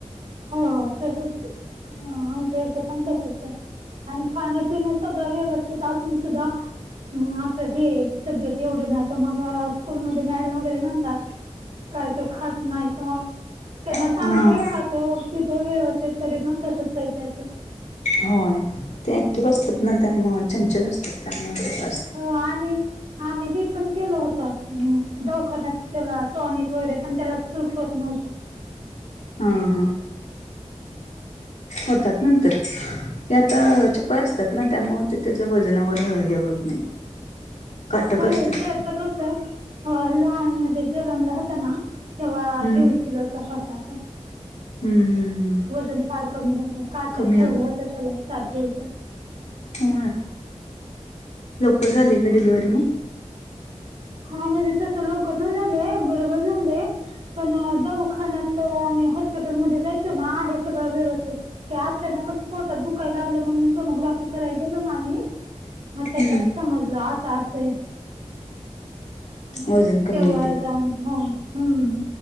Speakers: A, on the right; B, on the left.
A: हो तसच आमच्या इथ पण तसच आहे आणि खाण्यापिण्या सगळ व्यवस्थित असून सुद्धा अस हे तब्येत एवढे नाही तर मग स्कूल मध्ये मॅडम वगैरे म्हणतात काय ख नाय का त्यांना
B: हा.
A: सांगतेय खातो पितो व्यवस्थित तरी पण तसचय त्याच
B: होय ते एकटिव असतात ना तत्यामुळं चंचल असतात त्यामुळ असतात
A: हो आणि आम्ही हे पण केलं होत दवाखान्यात त्याला टॉनिक वगैरे पण त्याला सुट होत नव्हती
B: हा हा होतात म तर ते आता
A: हो
B: चप्पल असतात ना त्यामु ते त्याच्या वजनावर हेवत नाही काटक
A: नाही
B: असतात
A: ते अस कस आहे लहान म्हणजे जनमला होता ना तेव्हा
B: हम्म
A: दीड किलोचा होता तो
B: हम्म हम्म हम्म
A: वजन फार कमी होतं काच
B: कमी
A: ठेवलं होत त्याला साथ द्यायचं
B: हो लवकर झाले का डिलिव्हरी मग
A: हा म्हणजे तस लवकर ना झालंय बरोबर झालंय पण दवाखान्यात आम्ही हॉस्पिटलमध्ये जायचो ना आहे सगळं व्यवस्थित त्या अचानकच पोटात दुखाय लागलं म्हणून सोनोग्राफी कराय गेलो ना आम्ही मग त्याच्यात
B: हम्म
A: समजलं असं असय मग
B: वजन कमी
A: तेव्हा
B: आहे ते.
A: जाऊन ह हम्म